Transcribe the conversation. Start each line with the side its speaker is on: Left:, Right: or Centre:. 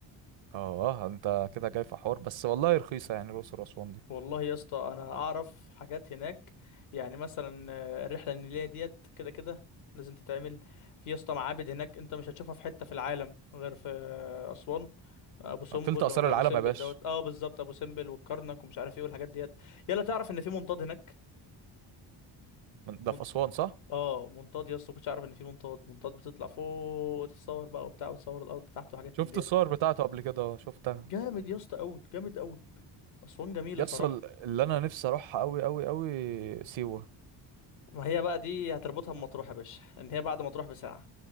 Right: آه أنت كده جاي في حوار بس والله رخيصة يعني الأقصر وأسوان دي
Left: والله يا اسطى انا اعرف حاجات هناك يعني مثلا آه، الرحله النيليه ديت كده كده لازم تتعمل في يا اسطى معابد هناك انت مش هتشوفها في حته في العالم غير في آه، اسوان ابو سمبل
Right: تلت آثار
Left: ولا
Right: العالم
Left: ابو سمبل
Right: يا باشا
Left: دوت اه بالظبط ابو سمبل والكرنك ومش عارف ايه والحاجات ديت يلا تعرف ان في منطاد هناك
Right: من- ده
Left: من...
Right: في أسوان صح؟
Left: اه منطاد يا اسطى كنتش اعرف ان في منطاد منطاد بتطلع فوق تتصور بقى وبتاع وتصور الارض تحت وحاجات
Right: شفت
Left: من ديت
Right: الصور بتاعته قبل كده آه، شفتها
Left: جامد يا اسطى قوي جامد قوي اسوان جميله
Right: يسطا
Left: صراحه
Right: اللي أنا نفسي أروحها أوي أوي أوي سيوة
Left: ما هي بقى دي هتربطها بمطروح يا باشا ان هي بعد مطروح بساعه